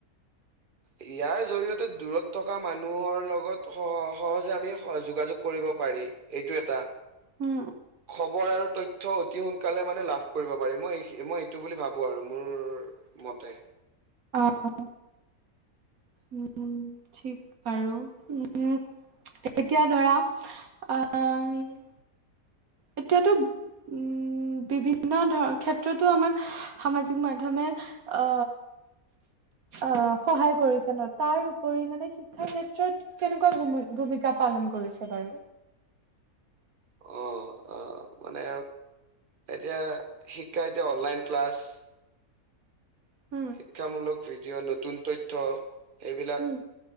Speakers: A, on the right; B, on the right.
A: ইয়াৰ জৰিয়তে দূৰত থকা মানুহৰ লগত সহ সহজে আমি স যোগাযোগ কৰিব পাৰি। এইটো এটা
B: উম
A: খবৰ আৰু তথ- তথ্য অতি সোনকালে মানে লাভ কৰিব পাৰি। মই মই এইটো বুলি ভাবো আৰু মোৰ মতে।
B: অঁ অঁ উম উম' ঠিক। আৰু উম এতিয়া ধৰা আঁ- এতিয়াতো উম বিভিন্ন ধৰ ক্ষেত্ৰতো আমাক সামাজিক মাধ্যমে- অ অ সহায় কৰিছে ন তাৰ উপৰি মানে- শিক্ষাৰ ক্ষেত্ৰত কেনেকুৱা ভূমি ভূমিকা পালন কৰিছে বাৰু?
A: অঁ অঁ মানে এতিয়া শিক্ষা এতিয়া অনলাইন ক্লাছ-
B: উম'
A: শিক্ষামূলক ভিডিঅ' নতুন তথ্য- এইবিলাক
B: উম